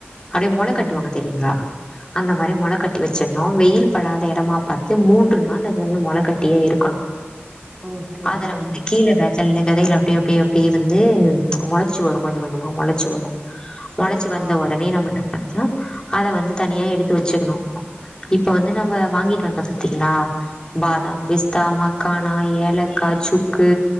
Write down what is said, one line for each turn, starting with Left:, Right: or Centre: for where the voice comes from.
Left: அடே மொள
Right: ம்
Left: கட்டுவாங்க தெரிங்ளா அந்த மாரி மொள கட்டி வச்சிட்ணு வெயில் படாத எடமா பாத்து மூன்று நாள் அது வந்து மொள கட்டியே இருக்கணு
Right: ஓகே
Left: அதல
Right: ஓகே
Left: வந்து
Right: மேடம்
Left: கீழ பே செல்ல கதைக அப்டியே அப்டியே அப்டி இருந்து மொளச்சு வரும் கொஞ்சம் கொஞ்சமா மொளச்சு வரும் மொளச்சு வந்த
Right: ஆ
Left: உடனே நம்ம என்ன பண்றோ அத வந்து தனியா எடுத்து வச்சுக்கணும் இப்ப வந்து நம்ம வாங்கிட்டு வந்தோ பாத்தீங்களா பாதாம் பிஸ்தா மக்கானா ஏலக்கா சுக்கு